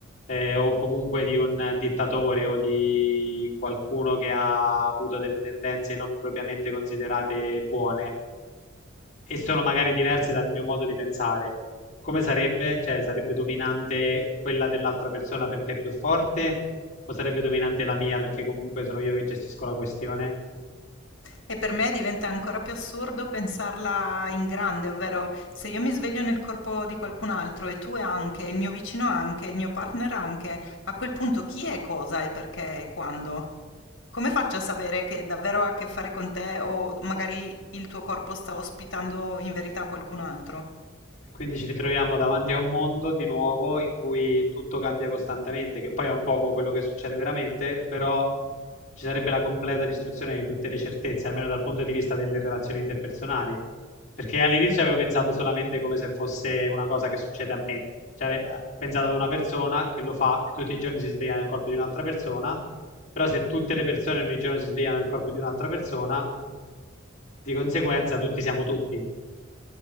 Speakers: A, on the left; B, on the left.
A: eh, o comunque di un dittatore o di qualcuno che ha avuto delle tendenze non propriamente considerate buone e sono magari diverse dal mio modo di pensare. Come sarebbe? Cioè, sarebbe dominante quella dell'altra persona perché è più forte o sarebbe dominante la mia perché comunque sono io che gestisco la questione?
B: E per me diventa ancora più assurdo pensarla in grande, ovvero se io mi sveglio nel corpo di qualcun altro e tu anche, il mio vicino anche, il mio partner anche, a quel punto chi è cosa e perché e quando? Come faccio a sapere che davvero ha a che fare con te o magari il tuo corpo sta ospitando in verità qualcun altro?
A: Quindi ci ritroviamo davanti a un mondo di nuovo in cui tutto cambia costantemente, che poi è un poco quello che succede veramente, però ci sarebbe la completa distruzione di tutte le certezze, almeno dal punto di vista delle relazioni interpersonali. Perché all'inizio avevo pensato solamente come se fosse una cosa che succede a me, cioè eh, pensato ad una persona che lo fa e tutti i giorni si sveglia nel corpo di un'altra persona, però se tutte le persone ogni giorno si svegliano nel corpo di un'altra persona, di conseguenza tutti siamo tutti